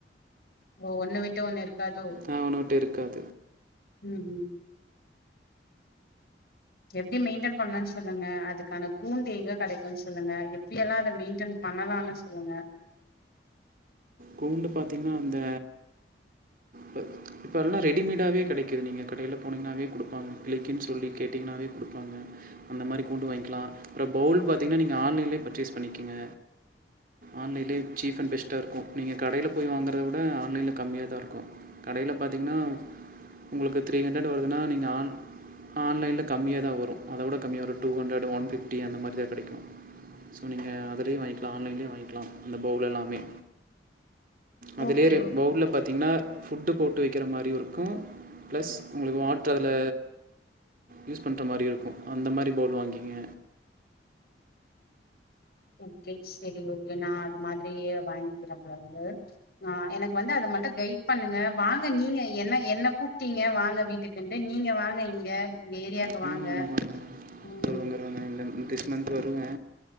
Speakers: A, on the left; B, on the right.
A: ஓ ஒன்ன விட்டு ஒண்ணு இருக்காதோ
B: அ ஒன்னு விட்டு இருக்காது
A: ம் ம் எப்டி மெயின்டென் பண்ணு சொல்லுங்க அதுக்கான கூண்டு எங்க கெடைக்குன்னு சொல்லுங்க எப்டியெல்லா அத மெயின்டன் பண்ணலான்னு சொல்லுங்க
B: கூண்டு பாத்தீங்கன்னா அந்த ப இப்ப எல்லா ரெடிமேடாவே கெடைக்குது நீங்க கடையில போனீங்கன்னாவே குடுப்பாங்க கிளிக்கு சொல்லி கேட்டிங்னாவே குடுப்பாங்க அந்த மாரி கூண்டு வாங்கிக்கலா அப்றோ பவுல் பாத்தீங்ன்னா நீங்க ஆன்லைன்லயே பர்ச்சேஸ் பண்ணிக்கிங்க ஆன்லைன்லே சீஃப் அண்ட் பெஸ்ட்டாருக்கு நீங்க கடையில போய் வாங்கறத விட ஆன்லைன்ல கம்மியாதா இருக்கு கடையில பாத்திங்ன்னா உங்களுக்கு த்ரீ ஹண்ட்ரட் வருதுன்னா நீங்க ஆன் ஆன்லைன்ல கம்மியா தா வரு அத விட கம்மியா வரு டூ ஹண்ட்ரட் ஒன் பிஃப்டி அந்த மாரி தா கெடைக்கு ஸோ நீங்க அதுலயே வாங்கிலா ஆன்லைன்லே வாங்கிலா அந்த பவுல் எல்லாமே அதுலே
A: ஓகே
B: ரே
A: ஓகே
B: பவுல்ல
A: ஓகே
B: பாத்தீங்ன்னா ஃபுட்டு போட்டு வைக்கிற மாரியு இருக்கு ப்ளஸ் உங்ளுக்கு வாட்ர் அதுல யூஸ் பண்ற மாரியே இருக்கு அந்த மாரி பவுல் வாங்கிங்க
A: ஓகே சரி ஓகே நா அது மாதிரி வாங்கிக்கிற பௌலு அ எனக்கு வந்து அத மட்டு கைட் பண்ணுங்க வாங்க நீங்க என்ன என்ன கூப்ட்டீங்க வாங்க வீட்டுக் குண்டு நீங்க வாங்க இங்க இந்த ஏரியாக்கு
B: ம்
A: வாங்க
B: வருவேங்க
A: ம்
B: வருவேங்க வருவேங்க திஸ் மந்த் வருவே